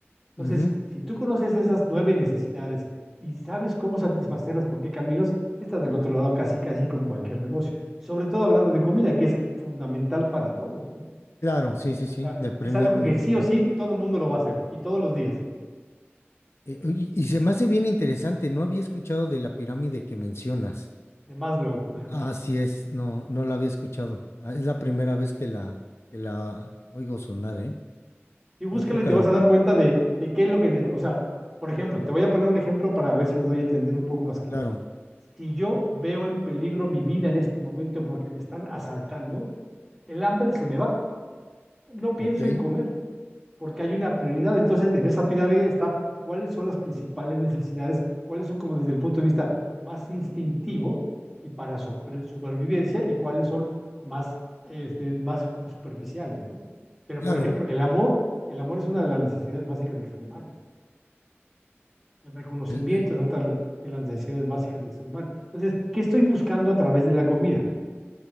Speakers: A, in the centre; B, on the left.
A: Entonces,
B: Ujú.
A: si tú conoces esas nueve necesidades y sabes cómo satisfacerlas, por qué caminos, estás del otro lado casi, casi con cualquier negocio. Sobre todo hablando de comida, que es fundamental para todos, ¿no?
B: Claro, sí, sí,
A: O
B: sí,
A: sea,
B: de primer
A: es algo
B: nivel,
A: que sí o
B: ¿no?
A: sí todo el mundo lo va a hacer y todos los días,
B: Eh, oye, Y, se me hace bien interesante, no había escuchado de la pirámide que mencionas.
A: de Maslow. Ajá.
B: Ah, Así es, no, no la había escuchado. Ah, Es la primera vez que la, que la oigo sonar, ¿eh?
A: Y búscala
B: Yo creo
A: y
B: que
A: te
B: lo,
A: vas a dar cuenta de, de qué es lo que, ne- o sea, por ejemplo, te voy a poner un ejemplo para ver si me doy a entender un poco más claro.
B: claro,
A: Si yo veo en peligro mi vida en este momento porque me están asaltando, el hambre se me va. No pienso
B: ok,
A: en comer porque hay una prioridad. Entonces, en esa pirámide está cuáles son las principales necesidades, cuáles son como desde el punto de vista más instintivo y para sobre- supervivencia y cuáles son más, este, más como superficiales, ¿no? Pero,
B: claro.
A: por ejemplo, el amor, el amor es una de las necesidades básicas del ser humano. El reconocimiento
B: el-
A: es otra de las necesidades básicas del ser humano. Entonces, ¿qué estoy buscando a través de la comida?